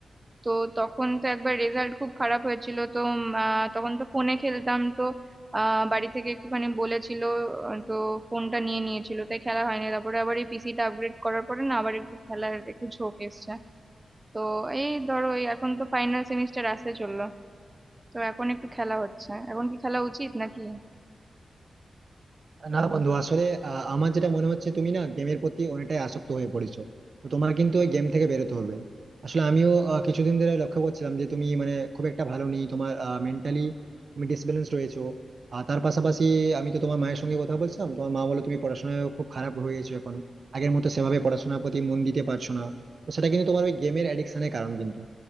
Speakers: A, on the right; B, on the right.
A: তো তখন তো একবার রেজাল্ট খুব খারাপ হয়েছিল তো উম, আহ, তখন তো ফোনে খেলতাম তো আহ, বাড়ি থেকে একটুখানি বলেছিল আহ, তো ফোনটা নিয়ে নিয়েছিল তাই খেলা হয়নি তারপরে আবার এই পিসিটা আপগ্রেড করার পরে না আবার একটু খেলার একটু ঝোঁক এসছে তো এই ধরো এই এখন তো ফাইনাল সেমিস্টার আসতে চললো তো এখন একটু খেলা হচ্ছে এখন কি খেলা উচিত নাকি
B: না বন্ধু আসলে আহ, আমার যেটা মনে হচ্ছে তুমি না গেমের প্রতি অনেকটাই আসক্ত হয়ে পড়েছো তো তোমার কিন্তু ওই গেম থেকে বেরোতে হবে আসলে আমিও আহ, কিছুদিন ধরে লক্ষ্য করছিলাম যে তুমি মানে খুব একটা ভালো নেই তোমার মেন্টালি তুমি ডিসব্যালেন্স রয়েছো আর তার পাশাপাশি আমি তো তোমার মায়ের সঙ্গে কথা বলছিলাম তোমার মা বলে তুমি পড়াশোনায় খুব খারাপ হয়ে গেছো এখন আগের মতো সেভাবে পড়াশোনার প্রতি মন দিতে পারছো না তো সেটা কিন্তু তোমার ওই গেমের অ্যাডিকশনের কারণ কিন্তু